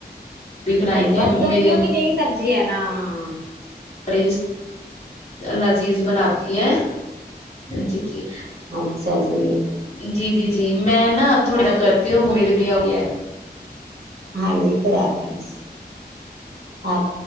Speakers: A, on the left; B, on the right.
A: عربی بنائی تھی
B: بس گرمیوں
A: میری امی
B: کی جی سبزی ہے نا ہ
A: بڑی لذیذ بناتی ہے جی جی
B: اچھا جی
A: جی جی جی میں نا تھوڑے کرتی ہوں وہ میرے بھییا ہو ہے
B: ہاں جی خدا حافظ آپ